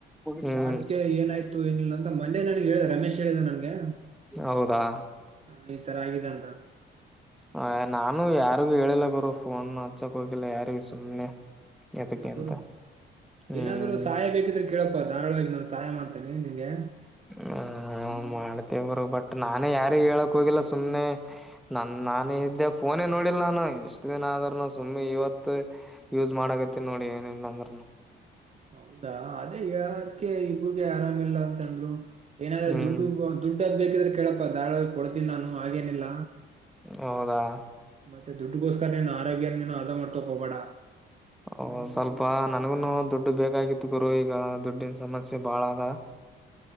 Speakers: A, in the centre; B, on the right (about 35°).
A: ಹ್ಮ್
B: ಅದ್ಕ್ಕೆ ಏನಾಯ್ತು ಏನಿಲ್ಲ ಅಂತ ಮಂದೆ ನನಗೆ ಹೇಳಿದೆ ರಮೇಶ್ ಹೇಳಿದೆ ನಂಗೆ
A: ಹೌದಾ
B: ಹ ಈ ತರ ಆಗಿದೆ ಅಂತ
A: ಹ ನಾನು ಯಾರಿಗು ಹೇಳಿಲ್ಲಗರು ಫೋನ್ ಹಚ್ಚಕ್ ಹೋಗಿಲ್ಲ ಯಾರಿ ಸುಮ್ನೆ
B: ಅಯ್ಯೋ
A: ಎದಕ್ಕೆ
B: ಗುರು
A: ಅಂತ ಹ್ಮ್
B: ಏನಾದ್ರು ಸಹಾಯ ಬೇಕಿದ್ರೆ ಕೇಳಕ್ ಧಾರವಾಳವಾಗಿ ನಾನು ಸಹಾಯ ಮಾಡ್ತೇನೆ ನಿಂಗೆ
A: ಹ ಮಾಡ್ತೇವರು ಬಟ್ ನಾನೇ ಯಾರಿಗ್ ಹೇಳಕ್ ಹೋಗಿಲ್ಲ ಸುಮ್ನೆ ನಮ ನಾನ ಇದ್ದೆ ಫೋನೇ ನೋಡಿಲ್ ನಾನು ಇಷ್ಟ ದಿನ ಆದ್ರನು ಸುಮ್ನೆ ಇವತ್ತು ಯೂಸ್ ಮಾಡಕತ್ತತಿನ್ ನೋಡಿ ಏನೇನ್ ಅಂದ್ರುನೂ
B: ಹೌದಾ ಅದೇ ಹೇಳದಕ್ಕೆ ಈಗೆ ಆರಾಮಿಲ್ಲ ಅಂತಂದ್ರು ಏನಾದ್ರೂ
A: ಹ್ಮ್
B: ದುಡ್ಡುಗು ಅಂತ ದುಡ್ಡದ್ ಬೇಕಿದ್ರೆ ಕೇಳಪ್ಪ ಧಾಳವಾಗಿ ಕೊಡ್ತೀನಿ ನಾನು ಆಗೇನಿಲ್ಲ
A: ಹೌದಾ
B: ಮತ್ತೆ ದುಡ್ಡಗೋಸ್ಕರನನು ಆರೋಗ್ಯ ನೀನು ಅ ಆದ ಮಾಡ್ಕೊ ಹೋಗಬೇಡ
A: ಓ ಸ್ವಲ್ಪ ನನ್ಗುನು ದುಡ್ಡು ಬೇಕಾಗಿತ್ತು ಗುರು ಈಗ ದುಡ್ಡಿನ ಸಮಸ್ಯೆ ಬಾಳ ಅದ ರ್